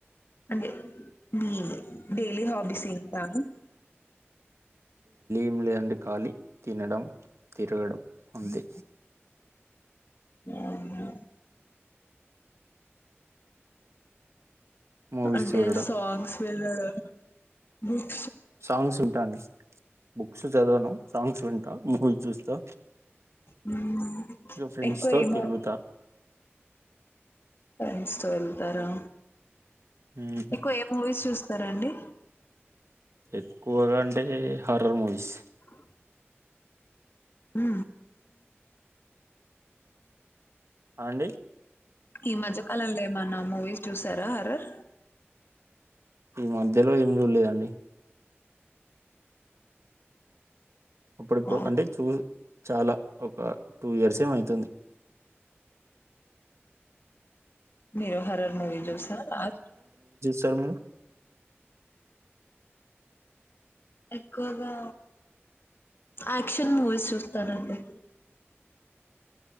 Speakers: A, on the left; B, on the right.
A: అదే మీ డైలీ హాబీస్ ఏంటా అని
B: హు లేదండీ ఖాలీ తినడం తిరగడం అంతే
A: అవునా
B: మూవీస్
A: అంటే
B: చూడడం
A: సాంగ్స్ చదవడం బుక్
B: సాంగ్స్ వింటాను బుక్స్ చదవను సాంగ్స్ వింటా మూవీ చూస్తా
A: హ్మ్.
B: ఇగ ఫ్రెండ్స్
A: ఎక్కువ
B: తో
A: ఏ మూ
B: తిరుగుతా
A: ఫ్రెండ్స్ తో వెళ్తారా
B: ఉమ్
A: ఎక్కువ ఏ మూవీస్ చూస్త సరే అండి
B: ఎక్కువగా అంటే హర్రర్ మూవీస్
A: అ ఉ
B: ఆ అండి
A: ఈ మధ్య కలంలో ఏమన్నా మూవీస్ చూసారా హర్రర్
B: ఈ మధ్యలో ఏం చూడలేదండి అప్పుడుప్పుడు
A: ఓహ్!
B: అంటే చూ చాలా ఒక టూ ఇయర్స్ ఏమె అయుతుంది
A: మీరు హర్రర్ మూవీ చూసారా లాస్ట్
B: తము <unintelligible>
A: ఎక్కువగా యాక్షన్ మూవీస్ చూస్తానండి